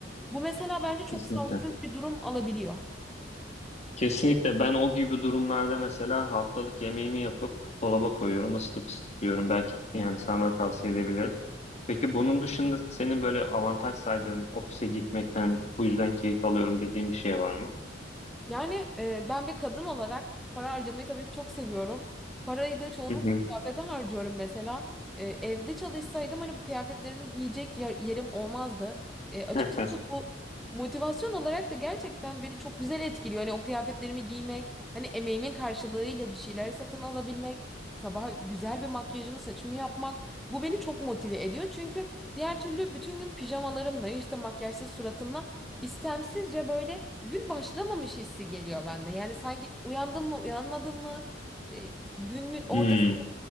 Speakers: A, in the centre; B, on the left.
A: Bu mesela bence çok
B: Kesinlikle.
A: sağlıksız bir durum alabiliyor.
B: Kesinlikle ben o gibi durumlarda mesela haftalık yemeğimi yapıp dolaba koyuyorum, ısıtıp ısıtıyorum. Belki yani sana da tavsiye edebilirim. Peki bunun dışında senin böyle avantaj saydığın ofise gitmekten bu yüzden keyif alıyorum dediğin bir şey var mı?
A: Yani e, ben bir kadın olarak para harcamayı tabii ki çok seviyorum. Parayı da çoğunlukla
B: Hı hı.
A: kıyafete harcıyorum mesela. E, evde çalışsaydım hani bu kıyafetlerimi giyecek yer- yerim olmazdı. E, açıkçası
B: <laughs>
A: bu motivasyon olarak da gerçekten beni çok güzel etkiliyor. Hani o kıyafetlerimi giymek, hani emeğimin karşılığıyla bir şeyler satın alabilmek, sabah güzel bir makyajımı, saçımı yapmak bu beni çok motive ediyor. Çünkü diğer türlü bütün gün pijamalarımla işte makyajsız suratımla istemsizce böyle gün başlamamış hissi geliyor bende. Yani sanki uyandım mı uyanmadım mı e, günün ortasında
B: Hmm.